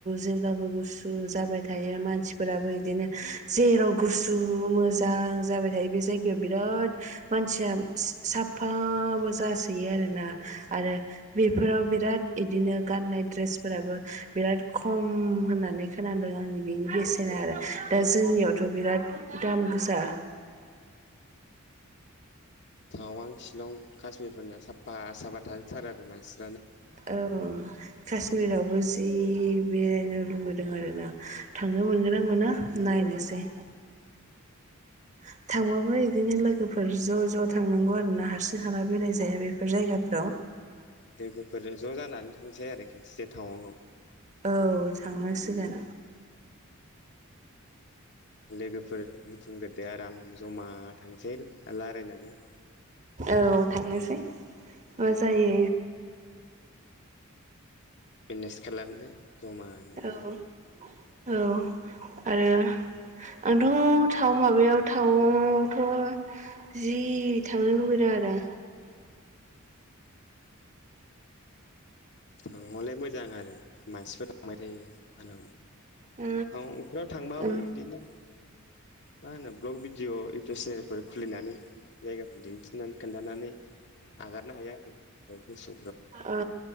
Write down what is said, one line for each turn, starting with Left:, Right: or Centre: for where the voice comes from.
Right: जेबो गुसु जाबाय थायो मानसिफोराबो बिदिनो जेराव गुसु मोजां मोजां जाबाय थायो बे जायगायाव बिराद मानसिया साफा जासोयो आरोना आरो बेफोराव बिराद इदिनो गाननाय द्रेसफोराबो बिराद खम होननानै खोनादों आंनि बेनि बेसेना आरो दा जोंनियावथ' बिराद दाम गोसा
Left: थाङाव आं शिलं काश्मीिरफोरनि साफा साफा थार आरो मानसि
Right: औ काश्मिरावबो जि बेरायनो लुबैदों आरो ना थांनो मोनगोन ना मोना नायनो बेनोसै आ थांबाबो बिदिनो लोगोफोर ज' ज' थांनांगौ आरो ना हारसिं हाला बेराय जाया बेफोर जायगाफोराव
Left: लोगोफोर ज' जानानै थांसै आरो खनसेसे टाउनआव
Right: औ थांनांसिगोन
Left: लोगोफोर बुथुमग्रदो आराम जमा थांसै रायलायनानै
Right: औ थांनोसै मा जायो
Left: बिजनेस खालामदो जमा होननानै
Right: औ औ आरो आंथ' थाव माबायाव थावआवथ' जि थांनो लुबैदों आरो
Left: थांलाय मोजां आरो मानसिफोरा थांबाय थायो आरो
Right: ओ
Left: टाउनफ्राव थांबाबो
Right: ओम
Left: बिदिनो मा होनो ब्लग भिडिअ इउटुब चेनेलफोर खुलिनानै जायगाफोर दिन्थिनानै खोन्थानानै हगारनो हाया आरो मसौ
Right: औ